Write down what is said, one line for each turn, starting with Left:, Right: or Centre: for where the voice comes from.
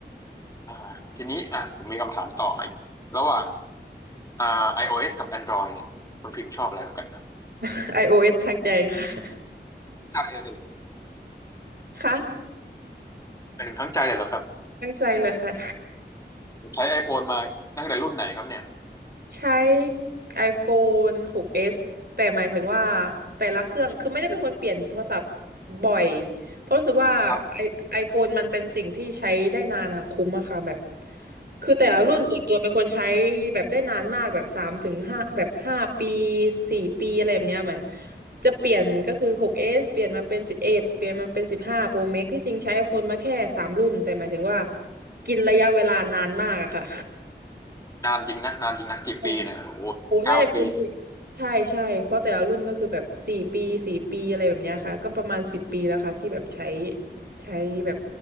Left: อ่าทีนี้อ่ะผมมีคำถามต่ออีกระหว่างอ่า iOS กับ Android เนี่ยคุณพิมพ์ชอบอะไรกว่ากันครับ
Right: <laughs> iOS ทางใจค่ะ <laughs>
Left: ทั้งใจเลย
Right: ค่ะ
Left: เป็นหนึ่งทั้งใจเลยเหรอครับ
Right: ทั้งใจเลยค่ะ
Left: ใช้ iPhone มาตั้งแต่รุ่นไหนครับเนี่ย
Right: ใช้ iPhone 6s แต่หมายถึงว่าแต่ละเครื่องคือไม่ได้เป็นคนเปลี่ยนโทรศัพท์บ่อยเพราะรู้สึกว่าไอไอโฟนมันเป็นสิ่งที่ใช้ได้นานอะคุ้มอะค่ะแบบ
Left: ครับ
Right: คือแต่ละรุ่นส่วนตัวเป็นคนใช้
Left: อืม
Right: แบบได้นานมากแบบสามถึงห้าแบบห้าปีสี่ปีอะไรแบบเนี้ยมันจะเปลี่ยนก็คือ 6s เอสเปลี่ยนมาเป็น11เอ็ดเปลี่ยนมาเป็น15 Pro Max ที่จริงใช้ iPhone มาแค่สามรุ่นแต่หมายถึงว่ากินระยะเวลานานมากอะค่ะ
Left: นานจริงนะนานจริงนะกี่ปีเนี่ยโอ้โหเก้าปีสิบ
Right: <laughs> โอ้น่าจะเกินสิบใช่ใช่เพราะแต่ละรุ่นก็คือแบบสี่ปีสี่ปีอะไรแบบเนี้ยค่ะ ก็ประมาณสิบปีแล้วค่ะที่แบบใช้ใช้แบบ